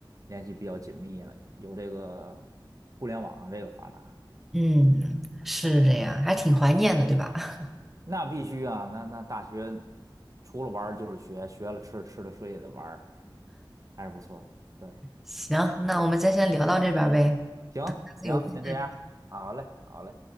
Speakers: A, on the right; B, in the centre.
A: 联系比较紧密了，有这个互联网啊这个发达，
B: 嗯，是这样，还挺怀念的，对吧？<laughs>
A: 那必须啊，那那大学除了玩儿就是学，学了吃，吃了睡也得玩儿还是不错的。对，
B: 行，那我们就先聊到这边儿呗，
A: 行行，
B: 下次有空再。
A: 先这样，好嘞，好嘞。